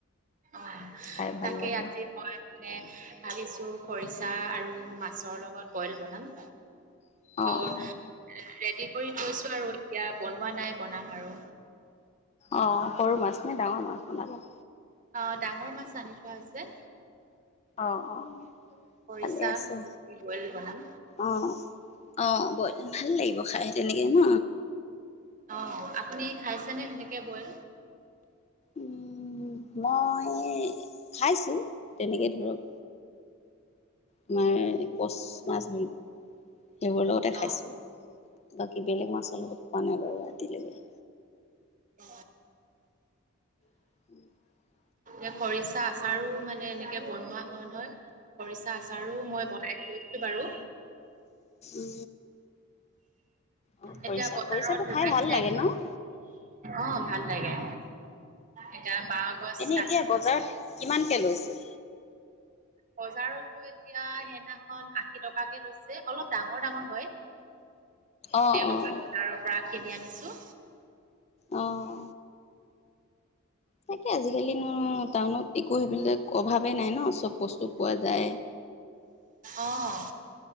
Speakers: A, on the right; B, on the left.
A: অ
B: খাই ভাল
A: তাকেই
B: লাগে।
A: আজি মই মানে ভাবিছো খৰিচা আৰু মাছৰ লগত বইল বনাম।
B: অ',
A: ত
B: অ',
A: ৰেডি কৰি থৈছো আৰু এতিয়া বনোৱা নাই বনাম আৰু।
B: অঁ সৰু মাছনে ডাঙৰ মাছ বনাবা?
A: অ ডাঙৰ মাছ আনি থোৱা আছে।
B: অ অ
A: খৰিচা
B: ভালেই আছে
A: বইল বনাম।
B: অ। অ বইল ভাল লাগিব খাই তেনেকে ন।
A: অ আপুনি খাইছেনে সেনেকে বইল?
B: উম মই খাইছোঁ তেনেকে ধৰক আমাৰ কচ মাছ, সেইবোৰৰ লগতে
A: অ'।
B: খাইছোঁ। বাকী বেলেগ মাছৰ লগত খোৱা নাই বাৰু আজিলৈকে।
A: অ।
B: <unintelligible>
A: এ খৰিচা আচাৰো মানে এনেকে বনোৱা হয় নহয়। খৰিচা আচাৰো মই বনাই থৈছো বাৰু।
B: উ অ খৰিচা
A: এতিয়া বজাৰত
B: খৰিচাটো
A: ওলাইছে
B: খাই ভাল লাগে ন?
A: অ ভাল লাগে। এতিয়া বাঁহগছ
B: এনে
A: কাট
B: এতিয়া বজাৰত কিমানকে লৈছে?
A: বজাৰতো এতিয়া সেইদিনাখন আশী টকাকে লৈছে, অলপ ডাঙৰ ডাঙৰ হয়।
B: অ',
A: দেওবাৰ
B: অ',
A: বজাৰৰ পৰা কিনি আনিছো।
B: অঁ তাকে আজিকালিনো টাউনত একো সেইবিলাক অভাৱে নাই ন চব বস্তু পোৱা যায়।
A: অঁ।